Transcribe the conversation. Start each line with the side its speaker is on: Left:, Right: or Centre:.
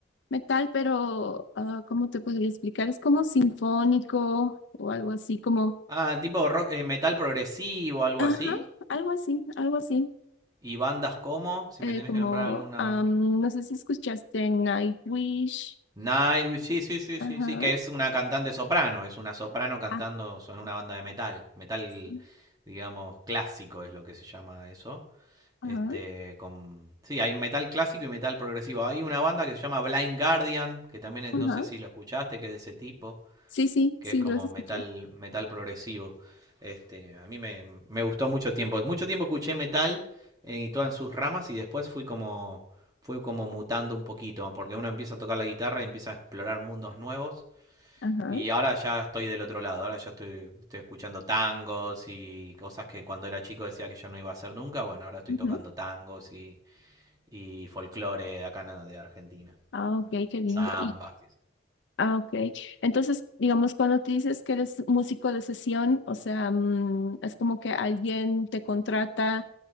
Left: metal, pero ah, ¿cómo te podría explicar? Es como sinfónico o algo así, como,
Right: Ah, tipo rock, eh, metal progresivo, algo
Left: ajá,
Right: así.
Left: algo así, algo así.
Right: Y bandas como, si
Left: Eh,
Right: me tenés
Left: como,
Right: que nombrar alguna.
Left: am, no sé si escuchaste Nightwish,
Right: Nightwish, sí, sí, sí,
Left: ajá.
Right: sí, sí, que es una cantante soprano, es una soprano cantando
Left: Ah,
Right: en una banda de metal. Metal,
Left: sí.
Right: digamos, clásico es lo que se llama eso.
Left: Ajá,
Right: Este, con... Sí, hay metal clásico y metal progresivo. Hay una banda que se llama Blind Guardian, que también es,
Left: ajá.
Right: no sé si lo escuchaste, que es de ese tipo.
Left: Sí, sí,
Right: que
Left: sí,
Right: es como
Left: los escuché.
Right: metal, metal progresivo. Este, a mí me, me gustó mucho tiempo. Mucho tiempo escuché metal eh, y todas en sus ramas y después fui como, fui como mutando un poquito, porque uno empieza a tocar la guitarra y empieza a explorar mundos nuevos.
Left: Ajá.
Right: Y ahora ya estoy del otro lado, ahora ya estoy, estoy escuchando tangos y cosas que cuando era chico decía que yo no iba a hacer nunca. Bueno, ahora estoy
Left: ujú.
Right: tocando tangos y, y folclore de acá de Argentina.
Left: Ah, ok, qué lindo.
Right: Zambas.
Left: Y, ah, ok. Entonces, digamos, cuando te dices que eres músico de sesión, o sea, mm, es como que alguien te contrata